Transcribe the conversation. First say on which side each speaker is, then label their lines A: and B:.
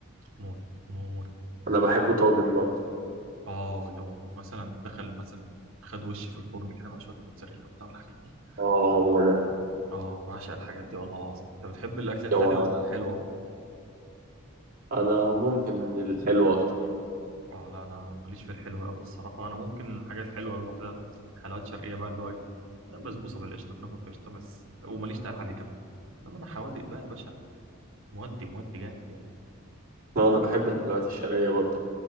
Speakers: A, on the right; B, on the right.
A: موت موت
B: انا
A: بحبه
B: بحبه
A: قوي
B: طاجن برضه
A: اه لو مثلا دخل مثلا خد وشي في الفرن كده مع شويه موتزاريلا وبتاع والحاجات دي
B: اه هو ده
A: اه بعشق الحاجات دي والله العظيم انت بتحب الاكل الحادق
B: جوعان
A: ولا الحلو اكتر
B: انا ممكن الحلو اكتر
A: اه لا انا ماليش في الحلو قوي الصراحه انا ممكن الحاجات الحلوه الواحده حلويات شرقيه بقى اللي هو ايه بسبوسه بالقشطه كنافه بالقشطه بس وماليش تقال عليه كمان انما انا حوادق بقى يا باشا انا مودي مودي جامد يعني
B: اه انا بحب الحلويات الشرقيه برضه